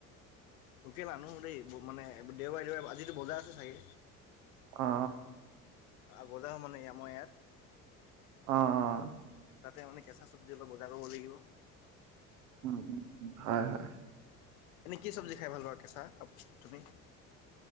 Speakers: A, on the left (about 70°); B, on the right (about 70°).
A: গোটেই মানুহ দেই মানে দেওবাৰে দেওবাৰে আজিতো বজাৰ আছে চাগে
B: অ অ
A: বজা মানে আমৰ ইয়াত
B: অ অ
A: তাতে মানে কেঁচা চব্জি অলপ বজাৰ কৰিব লাগিব
B: <inaudible> হয় - হয়।
A: এনে কি চব্জি খাই ভাল পোৱা কেঁচা তুমি?